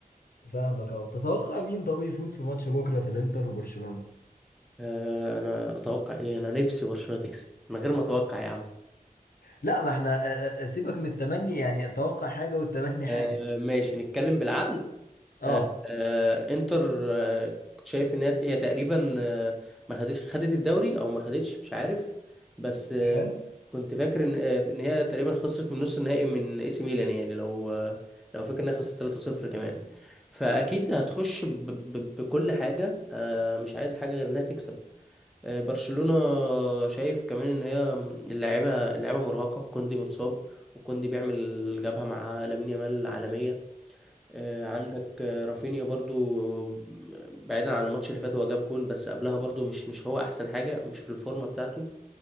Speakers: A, on the left (about 75°); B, in the centre.
A: فاهمك اه تتوقع مين طب يفوز في ماتش بكره في الانتر وبرشلونه
B: آه انا اتوقع ايه انا نفسي برشلونة تكسب من غير ما اتوقع يا عم
A: لا ما احنا آه، آه، آه، سيبك من التمني يعني التوقع حاجه والتمني حاجه
B: آه ماشي نتكلم بالعقل
A: اه
B: آه، آه، انتر آه، كنت شايف ان هي هي تقريبا آه، ما خدتش خدت الدوري او ما خدتش مش عارف بس آه،
A: حلو
B: كنت فاكر ان آه، ان هي تقريبا خسرت من نص النهائي من اي سي ميلان يعني لو آه، لو فاكر انها خسرت 3-0 كمان فاكيد هتخش ب- ب- بكل حاجه آه، مش عايز حاجه غير انها تكسب آه، برشلونه شايف كمان ان هي اللاعيبه اللاعيبه مرهقه كوندي متصاب وكوندي بيعمل جبهه مع لامين يامال عالميه آه، عندك آه، رافينيا برضو آه، بعيدا عن الماتش اللي فات هو جاب جون بس قبلها برضو مش مش هو احسن حاجة مش في الفورمة بتاعته